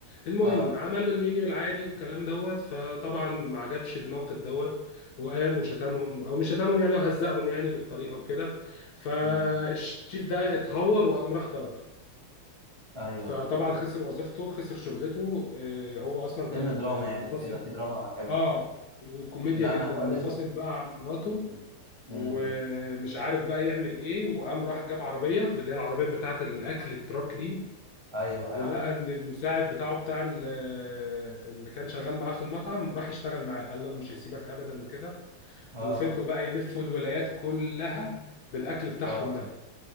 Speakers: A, on the left; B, on the right.
A: المهم
B: اه اه
A: عمل له المنيو العادي والكلام دوت فطبعا ما عجبش الناقد دوت وقام وشتمهم او مش شتمهم يعني هو هزقهم يعني بالطريقه وكده فالشيف
B: مم، مم.
A: ده اتهور وقام راح ضرب
B: ايوه
A: فطبعا خسر وظيفته خسر شغلته آه، هو اصلا
B: فيلم
A: كان
B: دراما
A: آه،
B: يعني
A: منفصل
B: وكده في دراما حلوه
A: اه وكوميديا
B: لا
A: جدا
B: انا حوار
A: منفصل
B: ال...
A: بقى عن مراته
B: مم، مم.
A: ومش عارف بقى يعمل ايه وقام راح جاب عربيه من اللي هي العربيات بتاعه الاكل التراك دي
B: ايوه ايوه
A: ولقى
B: عارف
A: ان المساعد بتاعه بتاع ال- اللي كان شغال معاه في المطعم راح يشتغل معاه قال له انا مش هسيبك ابدا وكده
B: اه
A: وفضلوا
B: اه
A: بقى يلفوا الولايات كلها بالاكل بتاعهم
B: اه
A: ده
B: اه